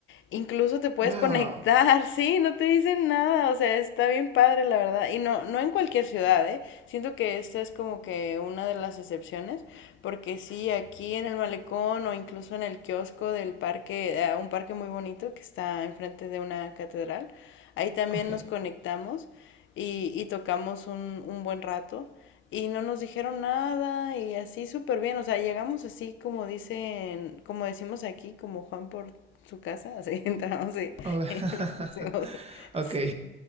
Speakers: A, on the left; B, on the right.
A: Incluso te puedes
B: Wow.
A: conectar, <laughs> sí, no te dicen nada, o sea, está bien padre, la verdad. Y no, no en cualquier ciudad, ¿eh? Siento que esta es como que una de las excepciones, porque sí, aquí en el malecón o incluso en el kiosco del parque, eh, un parque muy bonito que está enfrente de una catedral. Ahí también
B: Ok.
A: nos conectamos y, y tocamos un, un buen rato y no nos dijeron nada y así súper bien, o sea, llegamos así como dicen, como decimos aquí, como Juan por su casa, así <laughs> entramos y,
B: Ok.
A: y
B: <laughs>
A: nos pusimos.
B: Ok.
A: Sí,